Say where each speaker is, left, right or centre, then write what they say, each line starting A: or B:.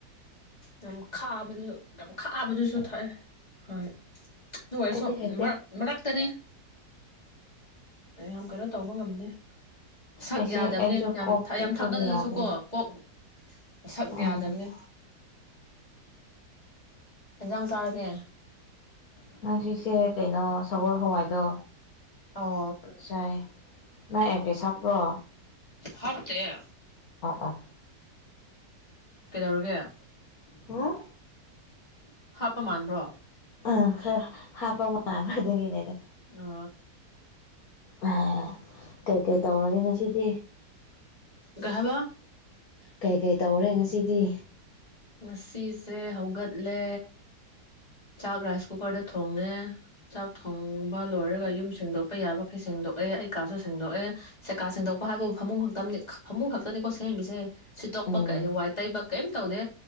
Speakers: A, on the left; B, on the left.
A: ꯌꯥꯝ ꯈꯥꯕꯗꯨꯁꯨ ꯌꯥꯝ ꯈꯥꯕꯗꯨꯁꯨ ꯊꯥꯏꯑꯦ ꯍ ꯑꯗꯨ ꯑꯣꯏꯔꯁꯨ
B: ꯑꯩꯗꯤ ꯍꯩꯇꯦ
A: ꯃꯔꯛ ꯃꯔꯛꯇꯅꯤ ꯌꯥꯝ ꯀꯩꯅꯣ ꯇꯧꯕ ꯉꯝꯗꯦ ꯁꯛ
B: ꯑꯩꯁꯦ
A: ꯌꯥꯗꯕꯅꯦ
B: ꯑꯩꯁꯨ
A: ꯌꯥꯝ
B: ꯀꯣꯛ ꯆꯤꯛꯄꯒꯤ
A: ꯌꯥꯝ ꯊꯥꯛꯒꯜꯂꯁꯨ
B: ꯌꯥꯗ꯭ꯔꯦ
A: ꯀꯣ ꯀꯣꯛ ꯁꯛ
B: ꯑꯥ
A: ꯌꯥꯗꯝꯅ‌ꯦ ꯌꯦꯟꯖꯥꯡ ꯆꯥꯔꯒꯦ
B: ꯎ ꯉꯁꯤꯁꯦ ꯀꯩꯅꯣ ꯁꯒꯣꯜ ꯍꯋꯥꯏꯗꯣ
A: ꯑꯣ
B: ꯉꯁꯥꯏ ꯅꯪ ꯏꯌꯥꯔꯄꯤꯁ ꯍꯥꯞꯄ꯭ꯔꯣ
A: ꯍꯥꯐꯇꯦ
B: ꯑꯣ
A: ꯀꯩꯗꯧꯔꯒꯦ
B: ꯍ‌ꯣ
A: ꯎꯝ ꯍꯥꯞꯄ ꯃꯥꯟꯕ꯭ꯔꯣ
B: ꯑ ꯈꯔ ꯍꯥꯞꯄ ꯃꯥꯃꯦ ꯑꯗꯨꯒꯤꯅꯤꯗ
A: ꯑ
B: ꯑ ꯀꯩꯀꯩ ꯇꯧꯔꯒꯦ ꯉꯁꯤꯗꯤ
A: ꯀꯥꯍꯕ
B: ꯀꯩ ꯀꯩ ꯇꯧꯔꯦ ꯉꯁꯤꯗꯤ
A: ꯉꯁꯤꯁꯦ ꯍꯧꯒꯠꯂꯦ ꯆꯥꯛ ꯔꯥꯏꯁ ꯀꯨꯀꯔꯗ ꯊꯣꯡꯉꯦ ꯆꯥꯛ ꯊꯣꯡꯕ ꯂꯣꯏꯔꯒ ꯌꯨꯝ ꯁꯦꯡꯗꯣꯛꯄ ꯌꯥꯕꯈꯩ ꯁꯦꯡꯗꯣꯛꯑꯦ ꯑꯩ ꯀꯥꯁꯨ ꯁꯦꯡꯗꯣꯛꯑꯦ ꯁꯦꯀꯥ ꯁꯦꯡꯗꯣꯛꯄ ꯍꯥꯏꯕꯕꯨ ꯐꯃꯨꯡ ꯈꯛꯇꯅꯤ ꯐꯃꯨꯡ ꯈꯛꯇꯅꯤꯀꯣ ꯁꯦꯝꯃꯤꯁꯦ ꯁꯤꯠꯇꯣꯛꯄ
B: ꯎꯝ
A: ꯀꯛꯑꯦ ꯋꯥꯏ ꯇꯩꯕ ꯀꯩꯝ ꯇꯧꯗꯦ